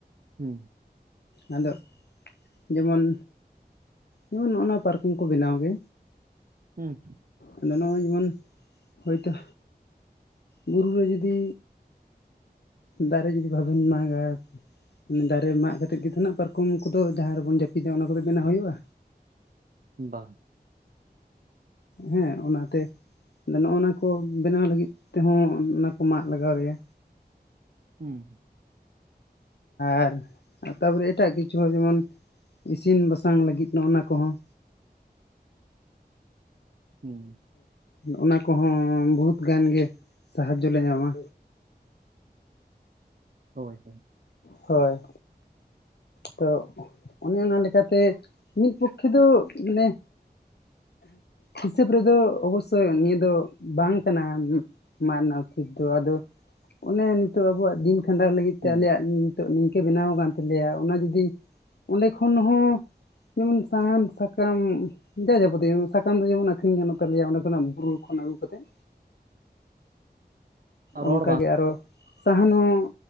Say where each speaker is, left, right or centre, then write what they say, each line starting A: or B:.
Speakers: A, on the right; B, on the left.
A: ᱦᱩᱸ
B: ᱟᱫᱚ ᱡᱮᱢᱚᱱ ᱡᱮᱢᱚᱱ ᱱᱚᱜ ᱱᱚᱣᱟ ᱯᱟᱨᱠᱚᱢ ᱠᱚ ᱵᱮᱱᱟᱣ ᱜᱮ᱾
A: ᱦᱩᱸ
B: ᱟᱫᱚ ᱱᱚᱜᱼᱚᱭ ᱡᱮᱢᱚᱱ ᱦᱚᱭᱛᱚ, ᱵᱩᱨᱩ ᱨᱮ ᱡᱩᱫᱤ ᱫᱟᱨᱮ ᱡᱩᱫᱤ ᱵᱟᱵᱮᱱ ᱢᱟᱜᱟ, ᱫᱟᱨᱮ ᱢᱟᱜ ᱠᱟᱛᱮᱜ ᱜᱮ ᱛᱚ ᱱᱟᱜ ᱯᱟᱨ- ᱠᱚᱢ ᱠᱚᱫᱚ ᱡᱟᱦᱟᱸ ᱨᱮᱵᱚᱱ ᱡᱟᱹᱯᱤᱫᱟ ᱚᱱᱟ ᱠᱚᱫᱚ ᱵᱮᱱᱟᱣ ᱦᱩᱭᱩᱜᱼᱟ᱾
A: ᱵᱟ᱾
B: ᱦᱮᱸ ᱚᱱᱟᱛᱮ ᱟᱫᱚ ᱱᱚᱜ-ᱱᱟ ᱠᱚ ᱵᱮᱱᱟᱣ ᱞᱟᱹᱜᱤᱫ ᱛᱮᱦᱚᱸ ᱚᱱᱟ ᱠᱚ ᱢᱟᱜ ᱞᱟᱜᱟᱣ ᱞᱮᱭᱟ᱾
A: ᱦᱩᱸ
B: ᱟᱨ ᱛᱟᱯᱚᱨᱮ ᱮᱴᱟᱜ ᱠᱤᱪᱷᱩ ᱡᱮᱢᱚᱱ ᱤᱥᱤᱱ ᱵᱟᱥᱟᱝ ᱞᱟᱹᱜᱤᱫ ᱱᱚᱜᱼᱱᱟ ᱠᱚᱦᱚᱸ᱾
A: ᱦᱩᱸ
B: ᱚᱱᱟ ᱠᱚᱦᱚᱸ ᱵᱚᱦᱩᱛ ᱜᱟᱱ ᱜᱮ ᱥᱟᱦᱟᱡᱡᱚ ᱞᱮ ᱧᱟᱢᱟ᱾
A: ᱦᱳᱭ ᱦᱳᱭ᱾
B: ᱦᱳᱭ ᱛᱚ ᱚᱱᱮ ᱚᱱᱟ ᱞᱮᱠᱟᱛᱮ ᱢᱤᱫ ᱯᱚᱠᱠᱷᱮ ᱫᱚ ᱢᱟᱱᱮ ᱦᱤᱥᱟᱹᱵ ᱨᱮᱫᱚ ᱚᱵᱚᱥᱥᱳᱭ ᱱᱤᱭᱟᱹ ᱫᱚ ᱵᱟᱝ ᱠᱟᱱᱟ, ᱢᱟᱜ ᱨᱮᱱᱟᱜ ᱩᱪᱤᱛ ᱫᱚ ᱟᱫᱚ ᱚᱱᱮ ᱱᱤᱛᱚᱜ ᱟᱵᱚᱣᱟᱜ ᱫᱤᱱ ᱠᱷᱟᱸᱰᱟᱣ ᱞᱟᱹᱜᱤᱫ
A: ᱦᱩᱸ
B: ᱛᱮ ᱟᱞᱮᱭᱟᱜ ᱱᱤᱛᱚᱜ ᱱᱤᱝᱠᱟᱹ ᱵᱮᱱᱟᱣ ᱟᱠᱟᱱ ᱛᱟᱞᱮᱭᱟ ᱚᱱᱟ ᱡᱩᱫᱤ ᱚᱸᱰᱮ ᱠᱷᱚᱱ ᱦᱚᱸ ᱡᱮᱢᱚᱱ ᱥᱟᱦᱟᱱ, ᱥᱟᱠᱟᱢ ᱡᱟ ᱡᱟᱵᱚᱛᱤᱭᱚ ᱥᱟᱠᱟᱢ ᱫᱚ ᱡᱮᱢᱚᱱ ᱟᱹᱠᱷᱨᱤᱧ ᱜᱟᱱᱚᱜ ᱛᱟᱞᱮᱭᱟ ᱚᱸᱰᱮ ᱠᱷᱚᱱᱟᱜ ᱵᱩᱨᱩ ᱠᱷᱚᱱ ᱟᱹᱜᱩ ᱠᱟᱛᱮᱫ,
A: ᱨᱚᱲ
B: ᱚᱱᱠᱟᱜᱮ
A: ᱵᱟᱝ
B: ᱟᱨᱚ ᱥᱟᱦᱟᱱ ᱦᱚᱸ